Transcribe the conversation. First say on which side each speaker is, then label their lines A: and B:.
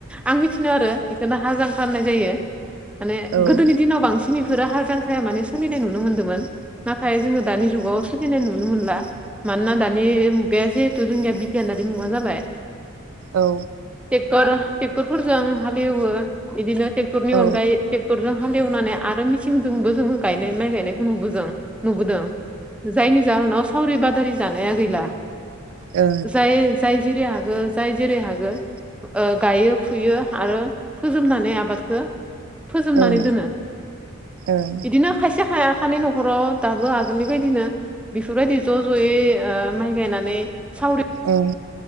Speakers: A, in the centre; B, on the right (about 65°).
A: आं मिथिनायाव आरो बेखोनो हाल जां ख्रां होननाय जायो माने
B: औ ओं
A: गोदोनि दिन दिनाव बांसिन इफोरो हाल जांख्राया माने सोलिनाय नुनो मोनदोंमोन नाथाय जोङो दानि जुगाव <unintelligible> नाय नुनो मोनला मानोना दानि मुगाया जिहेथु जोंनिया बिगियानारि मुगा जाबाय।
B: औ।
A: टेक्टर टेक्टरफोरजों हालेवो इदिनो टेक्टरनि
B: औ
A: अनगायै टेक्टरजों हालेवनानै आरो मेसिनजोंबो जोङो गायनाय माइ गायनायखौ नुबोजों नुबोदों। जायनि जाहोनाव सावरि बादारि जानाया गैला
B: ओं
A: जाय जाय जेरै हागो जाय जेरै हागो ओ गायो फुयो आरो फोजोबनानै आबादखो फोजोबनानै
B: ओं
A: दोनो
B: ओं
A: इदिनो खायसे हाया खानाय न'खराव दाबो आगोलनि बायदिनो बेफोरबायदि ज' ज'यै ओ माइ गायनानै सावरि
B: ओं